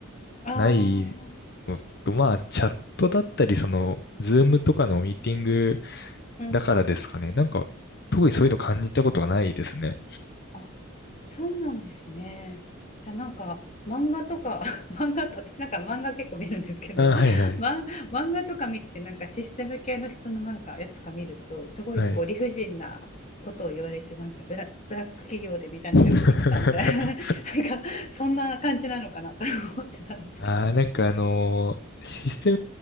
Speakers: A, on the left (about 35°); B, on the left (about 50°).
A: ああ
B: ないのと、まあ、チャットだったり、その、ズームとかのミーティング
A: うんうん
B: だからですかね。なんか、特にそういうの感じたことがないですね。
A: あそうなんですね。じゃあなんか漫画とか <laughs> 漫画と私なんか漫画結構見るんですけど、
B: あ、はいはい。
A: <laughs> ま、漫画とか見ててなんかシステム系の人のなんかやつとか見るとすごいこう理不尽なことを言われてなんかブラ、
B: はい。
A: ブラック企業でみたいなのをよく見てたんで
B: <laughs>
A: <laughs> なんかそんな感じなのかなと <laughs> 思ってたんですけど。
B: ああ、なんかあのーシステ